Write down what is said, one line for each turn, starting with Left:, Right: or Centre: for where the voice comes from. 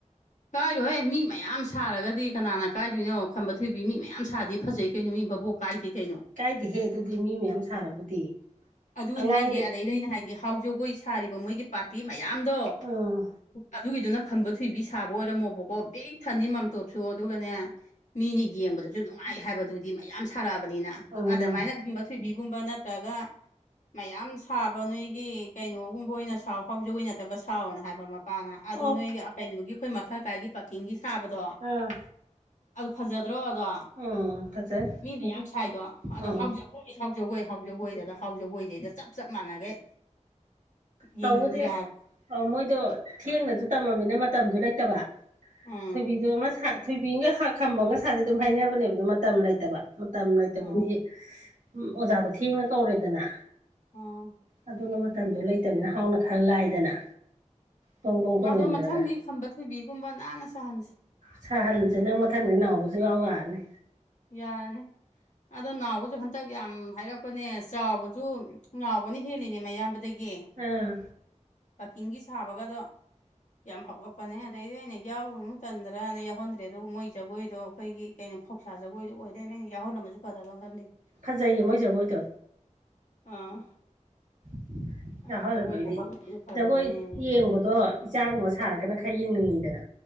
Left: ꯀꯥꯏꯔꯣꯍꯦ ꯃꯤ ꯃꯌꯥꯝ ꯁꯥꯔꯒꯗꯤ ꯀꯅꯥꯅ ꯀꯥꯏꯗꯣꯏꯅꯣ ꯈꯟꯕ ꯊꯣꯏꯏꯕꯤ ꯃꯤ ꯃꯌꯥꯝ ꯁꯥꯗꯤ ꯐꯖꯩ ꯀꯩꯅꯣ ꯃꯤ ꯕꯣꯛ ꯀꯥꯏꯗꯦ ꯀꯩꯅꯣ
Right: ꯀꯥꯏꯗꯦꯍꯦ ꯑꯗꯨꯗꯤ ꯃꯤ ꯃꯌꯥꯝ ꯁꯥꯔꯕꯨꯗꯤ
Left: ꯑꯗꯨꯅꯤ
Right: ꯑꯉꯥꯡꯒꯤ
Left: ꯍꯥꯏꯒꯦ ꯑꯗꯩ ꯅꯦ ꯑꯩꯅ ꯍꯥꯏꯒꯦ ꯍꯥꯎ ꯖꯒꯣꯏ ꯁꯥꯔꯤꯕ ꯃꯣꯏꯒꯤ ꯄꯥꯔꯇꯤ ꯃꯌꯥꯝꯗꯣ
Right: ꯑꯥ
Left: ꯑꯗꯨꯒꯤꯗꯨꯅ ꯈꯟꯕ ꯊꯣꯏꯕꯤ ꯁꯥꯕ ꯑꯣꯏꯔꯝꯃꯣꯕꯀꯣ ꯕꯦꯛ ꯊꯟꯅꯤ ꯃꯥꯝꯇꯣꯞꯁꯨ ꯑꯗꯨꯒꯅꯦ ꯃꯤꯅꯤ ꯌꯦꯡ ꯕꯗꯁꯨ ꯅꯨꯡꯉꯥꯏ ꯍꯥꯏꯕꯗꯨꯗꯤ ꯃꯌꯥꯝ ꯁꯥꯔꯛꯑꯕꯅꯤꯅ
Right: ꯑꯥ
Left: ꯑꯗꯨꯃꯥꯏꯅꯨꯝꯕ ꯊꯣꯏꯕꯤꯒꯨꯝꯕ ꯅꯠꯇ꯭ꯔꯒ ꯃꯌꯥꯝ ꯁꯥꯕ ꯅꯣꯏꯒꯤ ꯀꯩꯅꯣꯒꯨꯝꯕ ꯑꯣꯏꯅ ꯁꯥꯎ ꯍꯧꯥꯎꯖꯤꯛ ꯑꯣꯏꯅꯠꯇꯕ ꯁꯥꯎꯋꯅ ꯍꯥꯏꯕ ꯃꯄꯥꯅ ꯑꯗꯣ
Right: ꯑꯣ
Left: ꯅꯣꯏꯒꯤ ꯀꯩꯅꯣꯒꯤ ꯑꯩꯈꯣꯏ ꯃꯈꯜ ꯀꯥꯏꯒꯤ ꯄꯥꯀꯤꯡꯒꯤ ꯁꯥꯕꯗꯣ
Right: ꯑꯥ
Left: ꯑꯗꯨ ꯐꯖꯗ꯭ꯔꯣ ꯑꯗꯣ
Right: ꯑꯥ ꯐꯖꯩ
Left: ꯃꯤꯅ ꯌꯥꯝ ꯁꯥꯏꯗꯣ ꯑꯗꯣ
Right: ꯑꯥ
Left: ꯍꯥꯎ ꯖꯒꯣꯏ ꯍꯥꯎ ꯖꯒꯣꯏ ꯍꯥꯎ ꯖꯒꯣꯏꯗ ꯍꯥꯎꯖꯒꯣꯏꯗꯩꯗ ꯆꯞ ꯆꯞ ꯃꯥꯟꯅꯈꯩ
Right: ꯇꯧꯕꯗꯤ
Left: ꯌꯦꯡꯅꯤꯡꯗ꯭ꯔꯦ ꯍꯥꯏꯕ
Right: ꯃꯣꯏꯗꯣ ꯊꯦꯡꯅꯁꯨ ꯇꯝꯃꯃꯤꯅ ꯃꯇꯝꯁꯨ ꯂꯩꯇꯕ
Left: ꯎꯝ
Right: ꯊꯣꯏꯕꯤꯗꯣ ꯑꯃ ꯁꯥ ꯊꯣꯏꯕꯤꯒ ꯈꯝꯕꯒꯁꯥꯁꯦ ꯑꯗꯨꯝ ꯍꯥꯏꯅꯕꯅꯦꯕ ꯃꯇꯝ ꯂꯩꯇꯕ ꯃꯇꯝ ꯂꯩꯅꯥꯏꯇꯕꯗꯤ
Left: ꯑꯥ
Right: ꯎ ꯑꯣꯖꯥꯗꯣ ꯊꯦꯡꯅ ꯀꯧꯔꯦꯗꯅ
Left: ꯑꯥ
Right: ꯑꯗꯨꯅ ꯃꯇꯝꯗꯣ ꯂꯩꯇꯕꯅ ꯍꯥꯎꯅ ꯈꯔ ꯂꯥꯏꯗꯅ ꯗꯣꯡ ꯗꯣꯡ ꯇꯣꯡꯁꯤꯟꯈ꯭ꯔꯒ
Left: ꯑꯗꯣ ꯃꯊꯪꯗꯤ ꯈꯝꯕ ꯊꯣꯏꯕꯤꯒꯨꯝꯕ ꯅꯥꯟꯅ ꯁꯥꯍꯟꯁꯤ
Right: ꯁꯍꯟꯁꯤ ꯅꯪ ꯃꯊꯪꯗꯤ ꯅꯥꯎꯕꯁꯨ ꯌꯥꯎ ꯌꯥꯔꯅꯤ
Left: ꯌꯥꯔꯅꯤ ꯑꯗꯣ ꯅꯥꯎꯕꯁꯨ ꯍꯟꯇꯛ ꯌꯥꯝ ꯍꯥꯏꯔꯛ ꯄꯅꯦ ꯆꯥꯎꯕꯁꯨ ꯅꯥꯎꯕꯁꯨ ꯍꯦꯜꯂꯤꯅꯦ ꯑꯌꯥꯝꯕꯗꯒꯤ
Right: ꯑꯥ
Left: ꯆꯤꯡꯒꯤ ꯁꯥꯕꯒꯗꯣ ꯌꯥꯝ ꯍꯥꯎꯂꯛꯄꯅꯦ ꯑꯗꯩꯗꯤ ꯑꯩꯅ ꯌꯥꯎꯨ ꯇꯟꯗ꯭ꯔꯅ ꯌꯥꯎꯍꯟꯗ꯭ꯔꯦ ꯑꯗꯨꯒ ꯃꯣꯏ ꯖꯒꯣꯏꯗꯣ ꯑꯩꯈꯣꯏꯒꯤ ꯀꯩꯅꯣ ꯐꯧ ꯁꯥ ꯖꯣꯏꯗꯨ ꯑꯣꯏꯔꯦꯅ ꯑꯩꯅ ꯌꯥꯎꯍꯟꯅꯕꯁꯨ ꯐꯗꯕ ꯑꯃ ꯈꯜꯂꯤ
Right: ꯐꯖꯩꯌꯦ ꯃꯣꯏ ꯖꯒꯣꯏꯗꯣ
Left: ꯑꯥ
Right: <inaudible>
Left: ꯑꯩꯅ
Right: ꯌꯥꯎꯍꯜꯃꯗꯤ
Left: ꯖꯒꯣꯏꯗꯣ ꯌꯥꯎꯍꯜꯂꯝꯃꯁꯨ ꯐꯗꯕꯅꯦꯅ
Right: ꯖꯒꯣꯏ ꯌꯦꯡꯕꯗꯣ ꯏꯆꯥꯒꯨꯝꯕ ꯁꯥꯔꯒꯅ ꯈꯔ ꯌꯦꯡꯅꯤꯡꯉꯤꯗꯅ